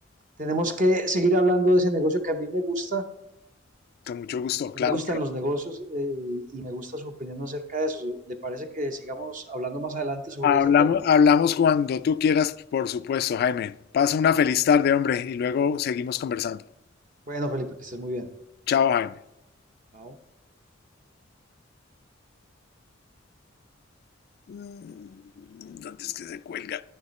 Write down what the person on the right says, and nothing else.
Tenemos que seguir hablando de ese negocio que a mí me gusta. A
mí me gustan los negocios eh, y me gusta su opinión acerca de eso. ¿Le parece que sigamos hablando más adelante sobre
ese tema?
Bueno, Felipe, que estés muy bien.
Chao.